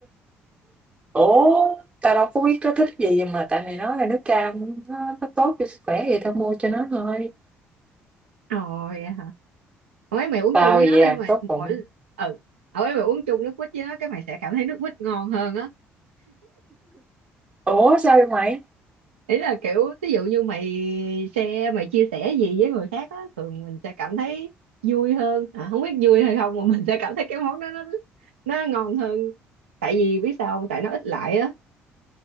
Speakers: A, on the right; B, on the right.
A: ủa tao đâu có biết nó thích gì mà tại mày nói là nước cam nó, nó tốt cho sức khỏe thì tao mua cho nó thôi
B: Ồ vậy hả? Hồi ấy mày uống
A: tao
B: chung với
A: gì
B: nó
A: à
B: đi mày
A: tốt bụng
B: mỗi ừ. Hồi ấy mày uống chung nước quýt với nó cái mày sẽ cảm thấy nước quýt ngon hơn á.
A: ủa sao vậy mày
B: ý là kiểu ví dụ như mày share mày chia sẻ gì với người khác á thường mình sẽ cảm thấy vui hơn à, không biết vui hay không mà mình sẽ cảm thấy cái món đó nó nó ngon hơn tại vì biết sao không tại nó ít lại á